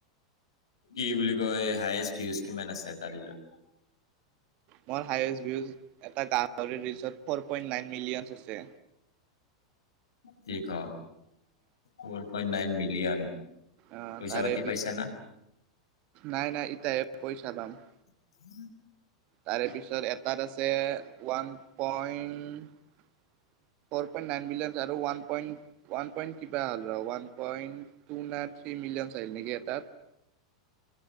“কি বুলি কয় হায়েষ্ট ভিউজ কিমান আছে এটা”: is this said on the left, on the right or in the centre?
Left